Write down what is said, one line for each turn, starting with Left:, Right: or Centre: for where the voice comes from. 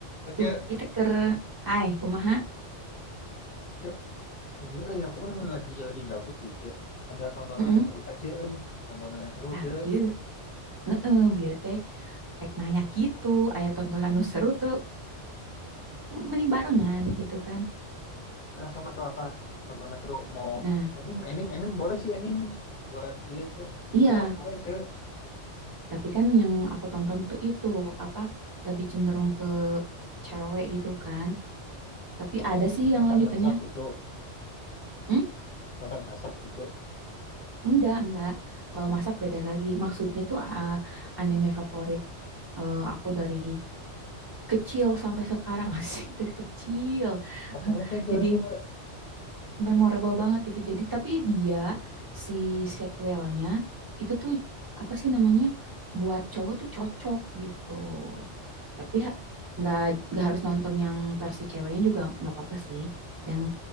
Left: Eh, Cek,
Right: Duh, kita ker hai kumaha?
Left: Cek, Eh, ini eh aku kan lagi lagi gabut ya Cek. Ada tontonan
Right: Heeh.
Left: yang seru nggak, Cek? Eh, tontonan yang seru,
Right: Tah
Left: Cek.
Right: bieu. Heeh, bieu teh rek nanya gitu, aya tontonan nu seru tuh meni barengan gitu kan.
Left: Nah, sok atau apa? Tontonan seru mau
Right: Nah,
Left: anime, anime, anime boleh sih anime buat iya, Cek. Ngisi
Right: iya,
Left: waktu aja, Cek.
Right: tapi kan yang aku tonton tuh itu apa lebih cenderung ke cewek gitu kan. Tapi
Left: Apa
Right: ada
Left: masak
Right: sih yang
Left: masak
Right: lanjutannya.
Left: masak gitu,
Right: Hmm?
Left: masak masak gitu.
Right: Enggak, enggak. Kalau masak beda lagi. Maksudnya tuh ah, anime favorit eh, aku dari kecil sampai sekarang <laughs> asik dari kecil.
Left: Apa
Right: <laughs>
Left: tuh yang cewek-cewek?
Right: Jadi memorable banget gitu. Jadi tapi dia si sequelnya itu tuh apa sih namanya buat cowok tuh cocok gitu. Tapi ha- nggak nggak harus nonton yang versi ceweknya juga nggak apa-apa sih. Yang